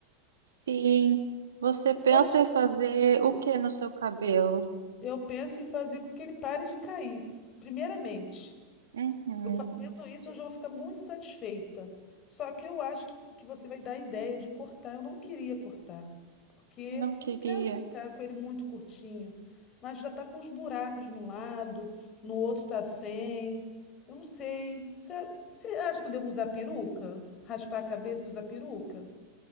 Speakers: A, on the right; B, on the left.
A: Sim, você pensa
B: Quase
A: em fazer o que no seu cabelo?
B: eu penso em fazer com que ele pare de cair, se- primeiramente.
A: uhum.
B: Eu fazendo isso, eu já vou ficar muito satisfeita. Só que eu acho que, que você vai dar a ideia de cortar. Eu não queria cortar, porque
A: Não queria.
B: eu não quero ficar com ele muito curtinho. Mas já tá com uns buracos no lado, no outro tá sem. Eu não sei. Você, a- você acha que eu devo usar peruca? Raspar a cabeça e usar peruca?